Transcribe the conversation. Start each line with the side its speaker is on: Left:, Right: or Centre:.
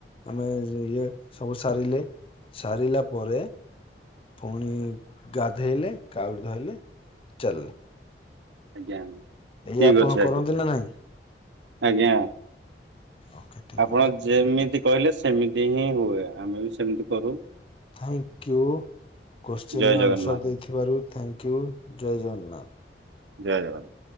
Left: ଆମେ ଇଏ ସବୁ ସାରିଲେ ସାରିଲା ପରେ ପୁଣି ଗାଧୋଇଲେ କାଉଡ଼ି ଧଇଲେ ଚାଲିଲେ।
Right: ଆଜ୍ଞା ଠିକ
Left: ଏଇଆ ଆପଣ
Right: ଅଛ
Left: କରନ୍ତି
Right: ଆଜ୍ଞା
Left: ନା ନାଇଁ
Right: ଆଜ୍ଞା।
Left: ଓକେ। ଠିକ
Right: ଆପଣ
Left: ଅଛି
Right: ଯେମିତି କହିଲେ ସେମିତି ହିଁ ହୁଏ ଆମେ ବି ସେମିତି କରୁ।
Left: ଥ୍ୟାଙ୍କୟୁ କୋଶ୍ଚିିନ୍
Right: ଜୟ ଜଗନ୍ନାଥ।
Left: ଆନ୍ସର ଦେଇଥିବାରୁ ଥ୍ୟାଙ୍କ ୟୁ ଜୟ ଜଗନ୍ନାଥ୍।
Right: ଜୟ ଜଗନ୍ନାଥ୍।